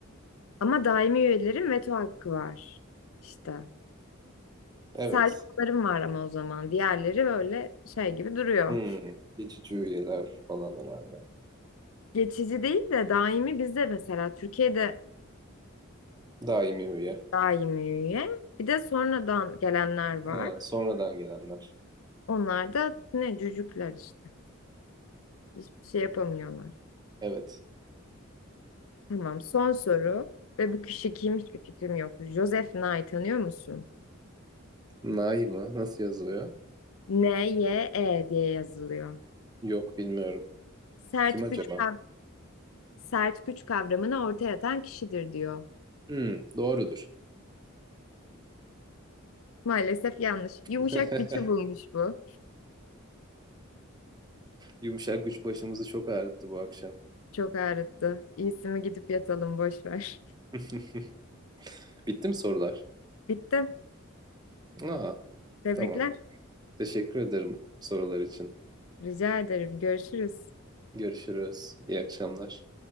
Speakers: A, on the left (about 75°); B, on the right (about 20°).
A: Ama daimi üyelerin veto hakkı var. İşte.
B: Evet.
A: Sadece onların var ama o zaman. Diğerleri böyle şey gibi duruyor.
B: Hı. Geçici üyeler falan herhalde.
A: Geçici değil de daimi bizde mesela Türkiye'de
B: Daimi üye.
A: daimi üye. Bir de sonradan gelenler var.
B: Ha, sonradan gelenler.
A: Onlar da ne cücükler işte. Hiçbir şey yapamıyorlar.
B: Evet.
A: Tamam son soru. Ve bu kişi kim hiçbir fikrim yok. Joseph Nye tanıyor musun?
B: Nay mı? Nasıl yazılıyor?
A: N-Y-E diye yazılıyor.
B: Yok bilmiyorum.
A: Sert
B: Kim acaba?
A: güç kav- sert güç kavramını ortaya atan kişidir diyor.
B: Hmm, doğrudur.
A: Maalesef yanlış.
B: <laughs>
A: Yumuşak gücü bulmuş bu.
B: Yumuşak güç başımızı çok ağrıttı bu akşam.
A: Çok ağrıttı. İyisi mi gidip yatalım boş ver.
B: <laughs> Bitti mi sorular?
A: <laughs> Bitti.
B: Aa,
A: Tebrikler.
B: tamam. Teşekkür ederim sorular için.
A: Rica ederim. Görüşürüz.
B: Görüşürüz. İyi akşamlar.